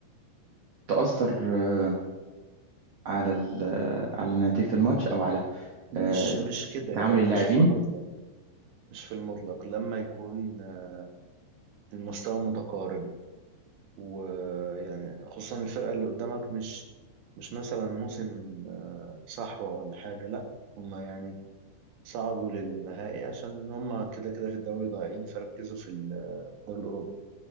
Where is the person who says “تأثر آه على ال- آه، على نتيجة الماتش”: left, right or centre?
Right